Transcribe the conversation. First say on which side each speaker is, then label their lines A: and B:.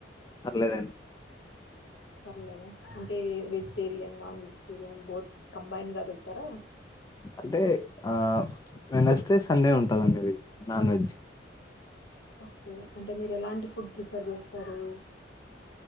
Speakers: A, on the left; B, on the left.
A: పర్లేదండి
B: పర్లేద ఏ వెజిటేరియన్ నాన్ వెజిటేరియన్ బోత్ కంబైన్డ్గా పెడతారా
A: అంటే ఆ వెనస్డే సండే ఉంటదండి వెజ్ నాన్ వెజ్
B: ఓకే అంటే మీరు ఎలాంటి ఫుడ్ ప్రిఫర్ చేస్తారు